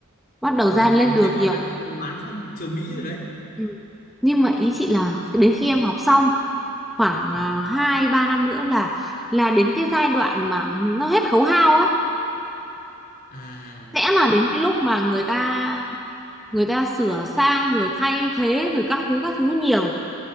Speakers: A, in the centre; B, on the left (about 45°).
A: bắt đầu
B: Vâng,
A: ra lên đường
B: thế mà
A: nhiều
B: đã được bán sang thị trường Mỹ rồi đấy.
A: ừ. nhưng mà ý chị là đến khi em học xong khoảng
B: Vâng.
A: à, hai ba năm nữa là là đến cái giai đoạn mà nó hết khấu hao ấy
B: À,
A: sẽ là đến cái lúc mà người ta người ta sửa sang rồi thay thế rồi các thứ các thứ nhiều